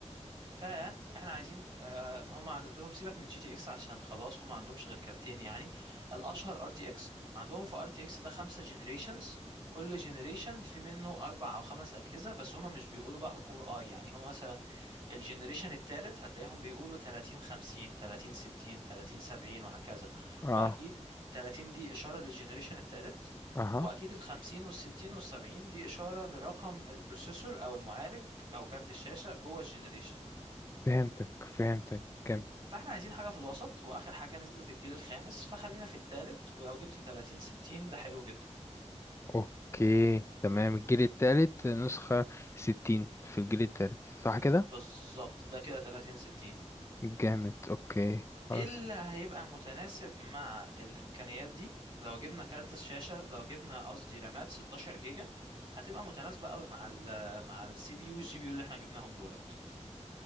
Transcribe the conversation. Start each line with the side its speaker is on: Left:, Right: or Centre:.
Right: فاحنا عايزين آه، هم عندهم سيبك من جي تي اكس عشان خلاص هم ما عندهمش غير كارتين يعني الاشهر ار تي اكس عندهم في ار تي اكس ده خمسة جنريشنز كل جنريشن في منه اربع او خمس اجهزه بس هم مش بيقولوا بقى كور اي يعني هم مثلا الجنريشن التالت هتلاقيهم بيقولوا 30 50 30 60 30 70 وهكذا
Left: اه
Right: واكيد 30 دي اشاره للجنريشن التالت
Left: اها
Right: واكيد ال 50 وال 60 وال 70 دي اشاره لرقم البروسيسور او المعالج او كارت الشاشه جوه الجنريشن
Left: فهمتك فهمتك كامل
Right: فاحنا عايزين حاجة في الوسط واخر حاجة نزلت الجيل الخامس فخلينا في التالت ولو جبت 30 60 ده حلو جدا
Left: اوكي تمام الجيل التالت نسخة ستين في الجيل التالت صح كده
Right: بالظبط ده كده 30 60
Left: جامد اوكي
Right: ايه
Left: خلاص
Right: اللي هيبقى متناسب مع الامكانيات دي لو جبنا كارت الشاشة لو جبنا قصدي رامات 16 جيجا هتبقى متناسبة قوي مع ال مع السي بي يو والجي بي يو اللي احنا جبناهم دولت